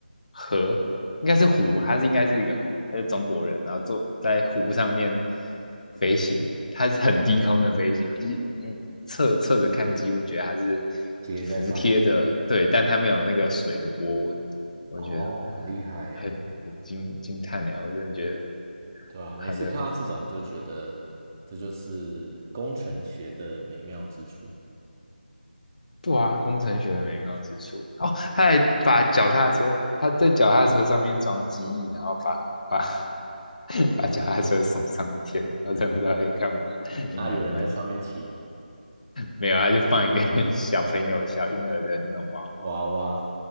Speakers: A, on the left (about 50°); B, on the right (about 20°).
A: 河，应该是湖，它是应该是一个湖，它是中国人，然后坐在湖上面飞行，它是很低空的飞行，就是你侧侧着看，几乎觉得它是
B: 接在上面。
A: 服贴的，对，但它没有那个水的波纹，我觉得
B: 哦，很厉害耶。
A: 很很惊惊叹呢，我真的觉得
B: 对啊，每次看到这种都觉得这就是工程学的美妙之处
A: 它的对啊，工程学的美妙之处哦，他还把脚踏车，他在脚踏车上面装机翼，然后把把 <laughs> 把脚踏车送上天，然后真不知道在干嘛，就蛮蛮
B: 啊！有人在上面骑吗？
A: 没有，他就放一个小朋友小婴儿的那种娃娃
B: 哇哇，